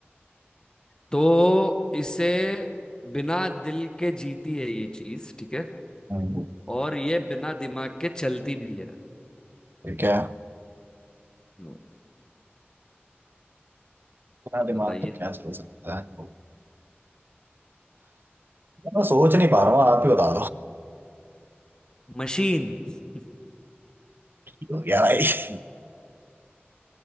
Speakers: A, on the left; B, on the right.
A: तो इसे बिना दिल के जीती है ये चीज ठीक है
B: हम्म,
A: और ये बिना दिमाग के चलती भी है
B: ये क्या
A: लो,
B: इतना दिमाग
A: बताइए
B: तो क्या सोच सकता है यार, मैं सोच नहीं पा रहा हूँ आप ही बता
A: मशीन <laughs>
B: दो <laughs> क्या भाई